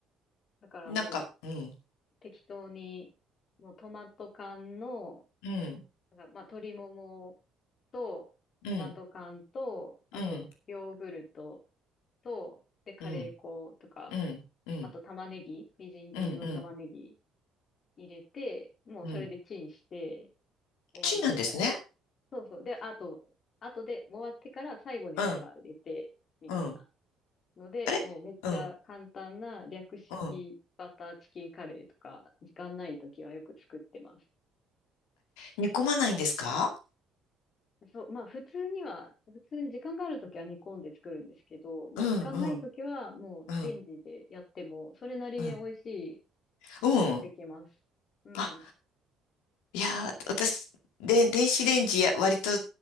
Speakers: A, on the left (about 45°); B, on the left (about 65°).
A: だからもう、
B: なんか、うん。
A: 適当に、もうトマト缶の、
B: うん、
A: なんかまあ、鶏ももと、
B: うん、
A: トマト缶と、あと、
B: うん、
A: ヨーグルトと、で、カレー粉とか、
B: うん、うん、うん、うん、
A: あと玉ねぎ、みじん切りの玉ねぎ
B: うん、
A: 入れて、もうそれでチンして
B: うん。
A: 終わりみたいな。
B: チンなんですね。
A: そうそう。で、あと、あとで終わってから最後にバター入れて、
B: うん、
A: みたいな。
B: うん。
A: ので、
B: あれうん、
A: もうめっちゃ簡単な略式バターチキンカレーとか、
B: うん。
A: 時間ないときはよく作ってます。
B: 煮込まないんですか
A: そう、まあ普通には、普通に時間があるときは煮込んで作るんですけど、もう時間ないときはもうレンジでやっても、
B: うん、うん、うん、
A: それなりに美味しい
B: うん、うん。
A: のができます。うん。
B: あ、いやー、私、で、電子レンジや割と